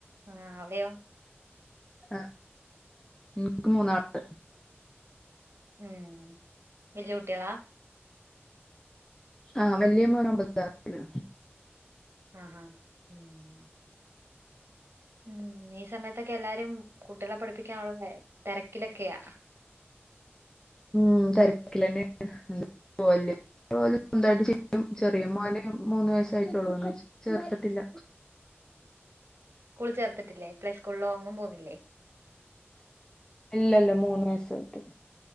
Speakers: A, on the right; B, on the left.
A: ആഹ അവിടെയോ
B: ആ എനിക്ക് മൂന്നാള്
A: ഉം വല്ല്യ കുട്ടികളാ
B: ആഹ വലിയ മോന ഒമ്പതാക്ലാസ്സില്
A: ആഹ് ഹഹ് ഉം ഉം ഈ സമയത്തൊക്കെ എല്ലാരും കുട്ടികളെ പഠിപ്പിക്കാനുള്ള തിരക്കിലൊക്കെയാ <inaudible>
B: ഉം <unintelligible> ചെറിയ മോന് മൂന്നു വയസായിട്ടുള്ളൂ ചേർത്തിട്ടില്ല
A: സ്കൂൾ ചേർത്തിട്ടില്ലേ പ്ലെ സ്കൂളോന്നും പോണില്ലേ
B: ഇല്ലല്ല മൂന്ന് വയസായിട്ടൊള്ളു